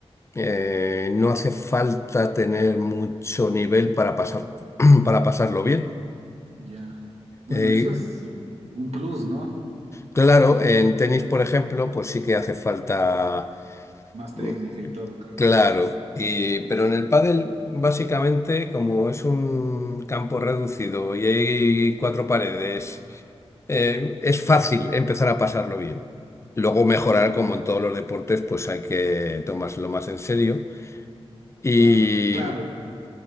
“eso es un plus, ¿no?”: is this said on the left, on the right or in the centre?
Right